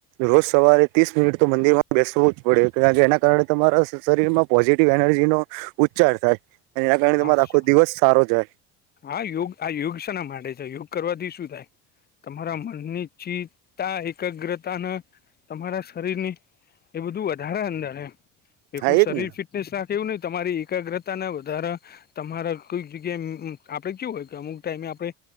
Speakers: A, on the right; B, on the left.
A: રોજ સવારે ત્રીસ મિનિટ તો મંદિર માં બેસવું જ પડે એના જેના કારણે તમારા શરીરમાં પોઝિટિવ એનર્જીનો ઉચ્ચાર થાય અને એના કારણે
B: હા
A: તમારો આખો
B: સો
A: દિવસ સારો જાય
B: હા યોગ આ યોગ શેના માટે છે યોગ કરવાથી શું થાય તમારા મનની ચી તા એકાગ્રતા ને તમારા શરીરની એ બધું વધારે અંદર એમ એકલું
A: હા
B: શરીર
A: એજ ને
B: ફિટનેસ રાખે એવું નઇ તમારી એકાગ્રતા ને વધારે તમારે કોઈક જગ્યાએ આપડે કેવું હોય કે અમુક ટાઈમે આપડે